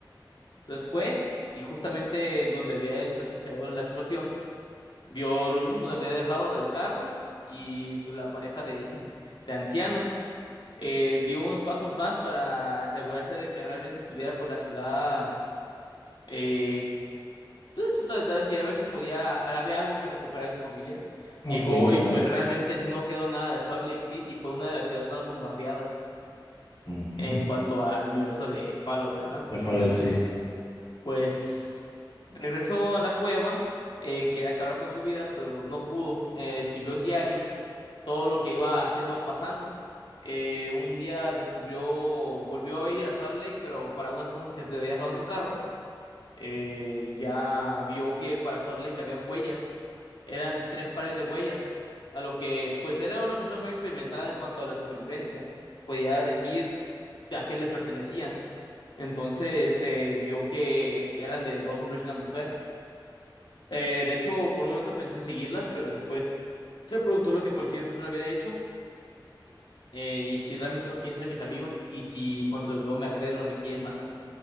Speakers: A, on the left (about 70°); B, on the left (about 85°).
A: Entonces fue y justamente donde había él presenciado la explosión vio lo mismo, me había dejado del carro y pues, la pareja de, <laughs> de ancianos eh, dio unos pasos más para asegurarse de que realmente estuviera por la ciudad. Eh, pues, en su totalidad, quería ver si podía, había algo que recuperar de su familia. Llegó
B: Ok,
A: y
B: claro.
A: pues realmente no quedó nada de Salt Lake City, fue una de las ciudades más bombardeadas
B: Ujú.
A: en cuanto al universo de Fallout, ¿no? Entonces...
B: La Fallout, sí.
A: pues regresó a la cueva, eh, quería acabar con su vida, pero no pudo. Eh, escribió en diarios todo lo que iba haciendo o pasando. Eh, un día descubrió, volvió a ir a Salt Lake, pero para unas cosas que había dejado en su carro eh, ya vio que para Salt Lake había huellas. Eran tres pares de huellas, a lo que pues era una persona muy experimentada en cuanto a la supervivencia. Podía decir a qué le pertenecían. Entonces eh, vio que eran de dos hombres y una mujer. Eh, de hecho, por un momento pensó en seguirlas, pero después se preguntó lo que cualquier persona hubiera hecho eh, y si realmente no quieren ser mis amigos y si en cuanto los veo me agreden o me quieren matar.